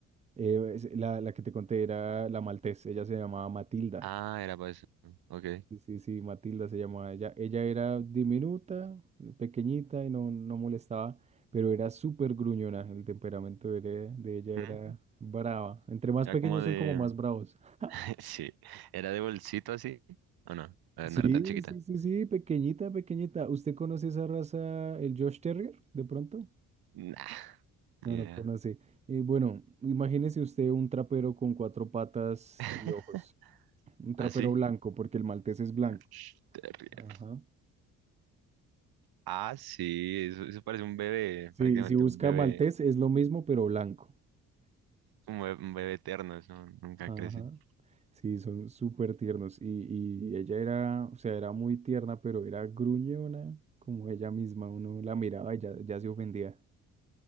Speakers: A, on the right; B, on the right.
A: eh, es- la, la que te conté era la maltés, ella se llamaba Matilda.
B: Ah, era para eso, ok.
A: Sí, sí, sí, Matilda se llamaba ella. Ella era diminuta, pequeñita y no, no molestaba, pero era súper gruñona. El temperamento de, de ella era
B: Ujú.
A: brava. Entre más
B: Era
A: pequeños
B: como de...
A: son como más bravos. <laughs>
B: <laughs> Sí, era de bolsito así. ¿O no? Eh,
A: Sí,
B: No era tan chiquita.
A: sí, sí, sí, pequeñita, pequeñita. ¿Usted conoce esa raza, el Josh Terrier, de pronto?
B: Nah, ni
A: No lo
B: idea.
A: conoce. Eh, bueno, imagínese usted un trapero con cuatro patas
B: <laughs>
A: y ojos. Un trapero
B: ¿Así?
A: blanco, porque el maltés es blanco.
B: Sh, Terrier.
A: Ajá,
B: Ah, sí, eso, eso parece un bebé,
A: Sí,
B: prácticamente
A: si busca
B: un bebé,
A: maltés es lo mismo, pero blanco.
B: un bebé, un bebé eterno, eso nunca
A: ajá.
B: crecen.
A: Sí, son súper tiernos. Y, y ella era, o sea, era muy tierna, pero era gruñona, como ella misma. Uno la miraba y ya, ya se ofendía.